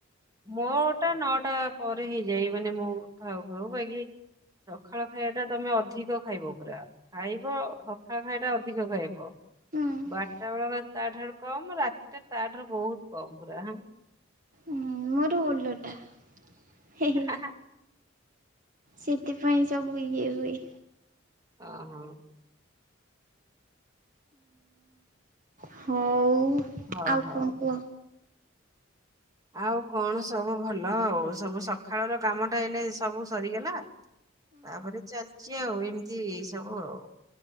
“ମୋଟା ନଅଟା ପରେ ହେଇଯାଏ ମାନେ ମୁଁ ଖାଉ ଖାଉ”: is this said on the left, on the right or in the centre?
Right